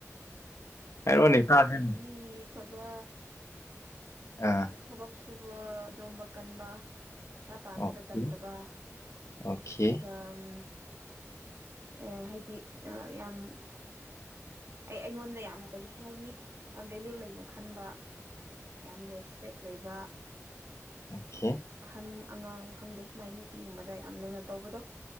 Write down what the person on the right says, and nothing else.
ꯃꯤ ꯐꯕꯥ
ꯊꯕꯛ ꯁꯨꯕꯗꯣꯝꯕ ꯀꯟꯕ ꯄꯩꯁꯥ ꯇꯥꯟꯕꯗ
ꯇꯟꯗꯕ
ꯑꯗꯨꯒ ꯎꯝ ꯑꯦ ꯍꯥꯏꯗꯤ ꯌꯥꯝ ꯑꯩ ꯑꯩꯉꯣꯟꯗ ꯌꯥꯝ ꯀꯩ ꯍꯥꯏꯅꯤ ꯌꯥꯝ ꯚꯦꯂꯌꯨ ꯂꯩꯅ ꯈꯟꯕ ꯌꯥꯝ ꯔꯦꯁꯄꯦꯛ ꯂꯩꯕ
ꯍꯥꯏꯗꯤ ꯑꯍꯟ ꯑꯉꯥꯡ ꯈꯪꯗꯦ ꯃꯥꯏ ꯅꯨꯄꯤꯒꯨꯝꯕꯗ ꯌꯥꯝ ꯂꯨꯅ ꯇꯧꯕꯗꯣ